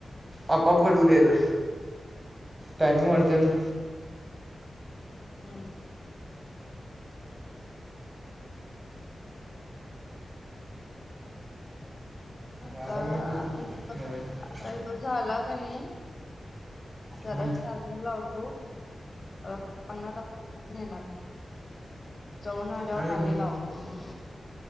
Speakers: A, on the right; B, on the left.
A: आपोआप कट होऊ देे न. टायमिंग वाढतंय ना.
B: अ. आत्ता
A: बारा मिनिट
B: एक.
A: ठेवायचं
B: <unintelligible> तो झाला की मी जरा
A: हम्म.
B: चार्जिंग लावतो. आ पप्पांना <unintelligible> नेणार आहेत. जाऊन आल्यावर.
A: काय झालं
B: <unintelligible>